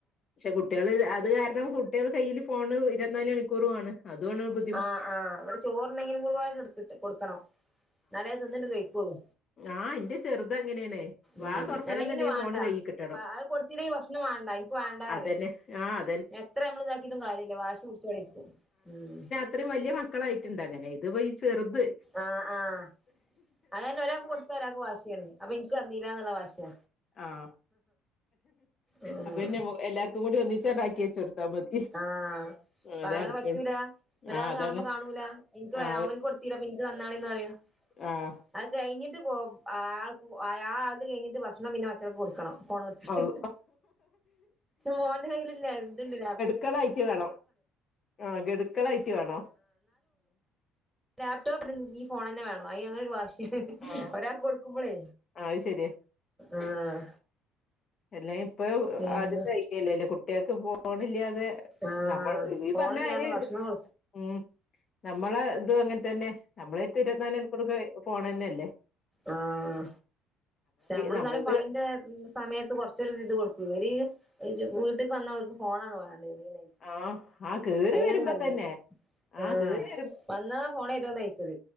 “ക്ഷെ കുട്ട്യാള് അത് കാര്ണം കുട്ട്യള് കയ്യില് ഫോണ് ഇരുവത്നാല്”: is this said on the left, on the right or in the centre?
Left